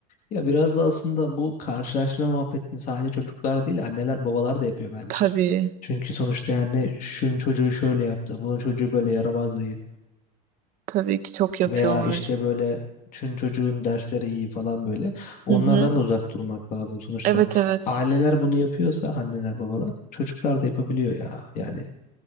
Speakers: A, on the left; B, on the right.
A: ya biraz da aslında bu karşılaştırma muhabbetini sadece çocuklar değil anneler babalar da yapıyor bence.
B: Tabii.
A: Çünkü sonuçta yani şunun çocuğu şöyle yaptı, bunun çocuğu böyle yaramaz değil.
B: Tabii ki çok yapıyorlar.
A: Veya işte böyle şunun çocuğun dersleri iyi falan böyle. Onlardan
B: Hı hı.
A: da uzak durmak lazım sonuçta.
B: Evet evet.
A: Aileler bunu yapıyorsa anneler babalar çocuklar da yapabiliyor ya. Yani